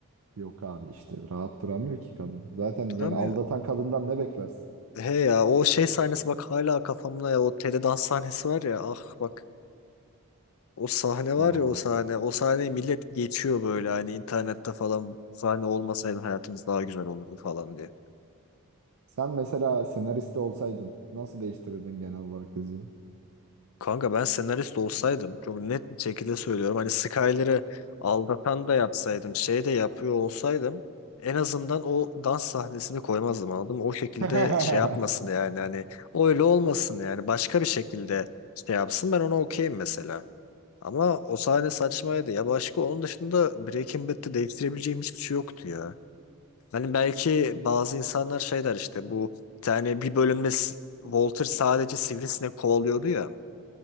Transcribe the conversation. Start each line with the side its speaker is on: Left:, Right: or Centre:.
Right: Yok abi işte rahat duramıyor ki kadın. Zaten
Left: Duramıyor.
Right: yani aldatan kadından ne beklersin?
Left: He ya o şey sahnesi bak hala kafamda ya o Tele dans sahnesi var ya ah bak o sahne var
Right: Aha.
Left: ya o sahne o sahneyi millet geçiyor böyle hani internette falan "Bu sahne olmasaydı hayatımız daha güzel olurdu falan diye.
Right: Sen mesela senariste olsaydın nasıl değiştirirdin genel olarak diziyi?
Left: Kanka ben senarist olsaydım çok net bir şekilde söylüyorum hani Skyler'ı aldatan da yapsaydım şey de yapıyor olsaydım en azından o dans sahnesini koymazdım anladın mı? O şekilde
Right: <laughs>
Left: şey yapmasın yani hani öyle olmasın yani başka bir şekilde şey yapsın ben ona okeyim mesela. Ama o sahne saçmaydı. Ya başka onun dışında Breaking Bad'de değiştirebileceğim hiçbir şey yoktu ya. Hani belki bazı insanlar şey der işte bu bir tane bir bölümde S- Walter sadece sivrisinek kovalıyordu ya